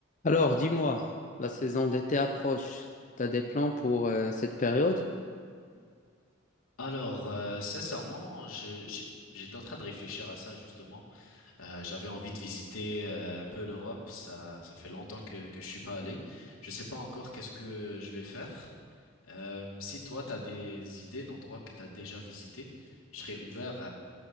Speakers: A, on the left; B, on the left.
A: Alors, dis-moi, la saison d'été approche. T'as des plans pour euh, cette période?
B: Alors, euh, sincèrement, je, je- j'étais en train de réfléchir à ça justement. Euh, j'avais envie de visiter euh, un peu l'Europe. Ça, ça fait longtemps que que je suis pas allé. Je sais pas encore qu'est-ce que je vais faire. Euh, si toi, t'as des idées d'endroits que t'as déjà visités, je serais ouvert